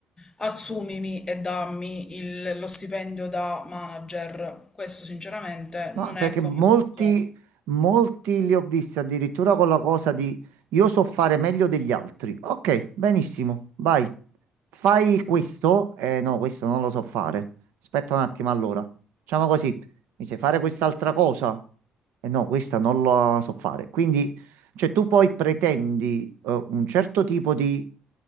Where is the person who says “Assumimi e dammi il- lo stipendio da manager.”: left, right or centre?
Left